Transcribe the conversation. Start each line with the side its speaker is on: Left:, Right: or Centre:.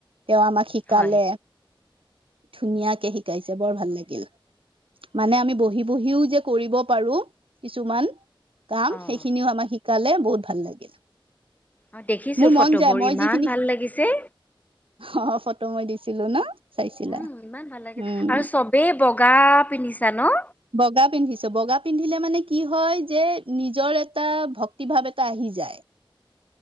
Right: তেওঁ আমাক শিকালে।
Left: হয়।
Right: ধুনীয়াকে শিকাইছে, বৰ ভাল লাগিল। মানে আমি বহি-বহিও যে কৰিব পাৰো, কিছুমান কাম,
Left: অ',
Right: সেইখিনিও আমাক শিকালে বহুত ভাল লাগিল।
Left: অ' দেখিছো
Right: মোৰ মন
Left: ফটোবোৰ,
Right: যায় মই
Left: ইমান
Right: যিখিনি
Left: ভাল লাগিছে।
Right: অ' ফটো মই দিছিলো ন! চাইছিলা।
Left: উম ইমান ভাল লাগিল।
Right: উম
Left: আৰু চবেই বগা পিন্ধিছা ন?
Right: বগা পিন্ধিছো, বগা পিন্ধিলে মানে কি হয় যে নিজৰ এটা ভক্তিভাৱ এটা আহি যায়।